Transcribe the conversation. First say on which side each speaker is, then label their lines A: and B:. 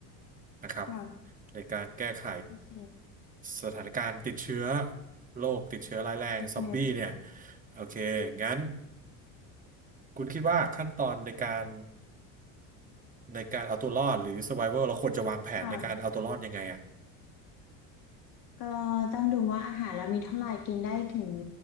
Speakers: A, on the right; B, on the left.
A: นะครับ
B: ค่ะ
A: ในการแก้ไข
B: โอเค
A: สถานการณ์ติดเชื้อโรคติดเชื้อร้ายแรงซอมบี้เนี่ย
B: โอเค
A: โอเคงั้นคุณคิดว่าขั้นตอนในการในการเอาตัวรอดหรือ survival เราควรจะวางแผนในการเอาตัวรอดยังไงอ่ะ
B: ค่ะ ก็ต้องดูว่าอาหารเรามีเท่าไหร่กินได้ถึง